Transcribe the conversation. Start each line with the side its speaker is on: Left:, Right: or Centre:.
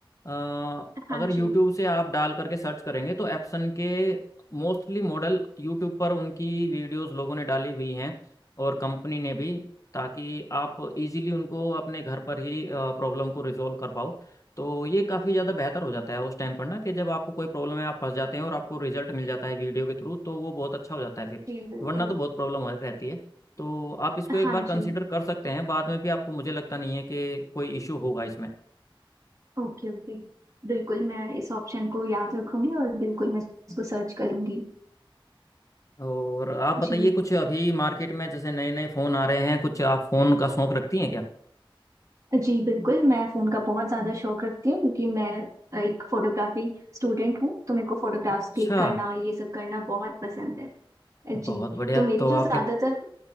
Left: अ,
Right: हाँ
Left: अगर
Right: जी
Left: यूट्यूब से आप डाल करके सर्च करेंगे तो एप्सन के मोस्टली मॉडल यूट्यूब पर उनकी वीडियोस लोगों ने डाली हुई हैं और कंपनी ने भी ताकि आप इजीली उनको अपने घर पर ही प्रॉब्लम को रिजॉल्व कर पाओ तो ये काफ़ी ज़्यादा बेहतर हो जाता है उस टाइम पर ना कि जब आपको कोई प्रॉब्लम है आप फंस जाते हैं और आपको रिजल्ट मिल जाता है वीडियो के थ्रू तो वो बहुत अच्छा हो जाता है फिर
Right: जी बिल्कुल
Left: वरना तो बहुत प्रॉब्लम रहती है तो आप इसको एक
Right: हाँ
Left: बार कंसिडर
Right: जी
Left: कर सकते हैं बाद में भी आपको मुझे लगता नहीं है कि कोई इशू होगा इसमें
Right: Okay okay बिल्कुल मैं इस ऑप्शन को याद रखूंगी और बिल्कुल मैं इसको सर्च करूंगी
Left: और आप बताइए
Right: जी
Left: कुछ अभी मार्केट में जैसे नए नए फ़ोन आ रहे हैं कुछ आप फ़ोन का शौक रखती हैं क्या
Right: जी बिल्कुल मैं फ़ोन का बहुत ज़्यादा शौक रखती हूँ क्योंकि मैं एक फोटोग्राफी स्टूडेंट हूँ तो मेरे को फोटोग्राफ्स
Left: अच्छा
Right: क्लिक करना ये सब करना बहुत पसंद है जी
Left: बहुत बढ़िया
Right: तो मेरी
Left: तो
Right: जो
Left: आपके
Right: ज़्यादातर